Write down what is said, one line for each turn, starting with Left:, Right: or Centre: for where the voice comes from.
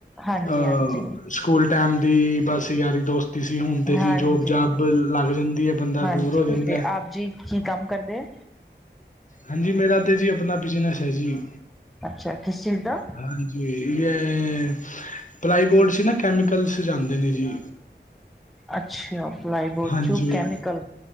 Centre: ਹਾਂਜੀ
Left: ਅਹ
Centre: ਹਾਂਜੀ
Left: ਸਕੂਲ ਟਾਈਮ ਦੀ ਬਸ ਯਾਰੀ ਦੋਸਤ ਤੁਸੀਂ ਹੁਣ ਤੇ
Centre: ਹਾਂਜੀ
Left: ਜੀ ਜੋਬ ਜਾਬ ਲੱਗ ਜਾਂਦੀ ਹੈ, ਬੰਦਾ
Centre: ਹਾਂਜੀ
Left: ਦੂਰ ਹੋ ਜਾਂਦਾ
Centre: ਤੇ ਆਪ ਜੀ ਕੀ ਕੰਮ ਕਰਦੇ ਆ?
Left: ਹਾਂਜੀ ਮੇਰਾ ਤਾਂ ਜੀ ਆਪਣਾ ਬਿਜ਼ਨਸ ਐ ਜੀ।
Centre: ਅੱਛਾ ਕਿਸ ਚੀਜ਼ ਦਾ?
Left: ਹਾਂਜੀ ਪਲਾਈ ਬੋਰਡ ਸੀ, ਨਾ ਕੈਮੀਕਲ ਜਾਂਦੇ ਨੇ ਜੀ।
Centre: ਅੱਛ ਪਲਾਈ ਬੋਰਡ
Left: ਹਾਂਜੀ
Centre: ਜੋ ਕੈਮੀਕਲ